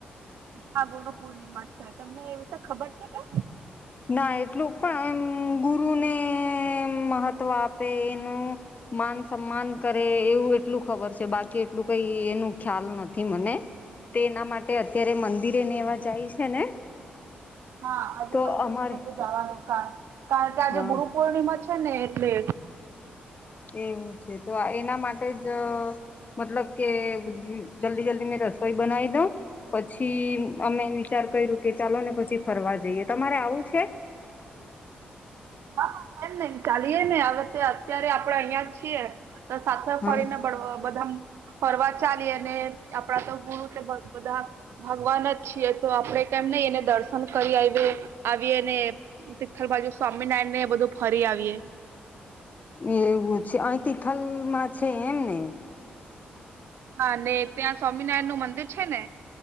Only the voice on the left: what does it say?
ના એટલું પણ એમ ગુરુને મહત્વ આપે એનું, માન સન્માન કરે એવું એટલું ખબર છે બાકી એટલું કઈ એનું ખ્યાલ નથી મને તેના માટે અત્યારે મંદિરેને એવા જાય છે ને
તો
અમારે
હા
એવું છે તો એના માટે જ., મતલબ કે જલ્દી જલ્દી હું રસોઈ બનાવી દઉં., પછી અમે વિચાર્યું કે ચાલો ને ફરવા, જઈએ. તમારે આવવુ છે,
હા.
એવું છે, અહીં તિથલમાં છે એમ ને?,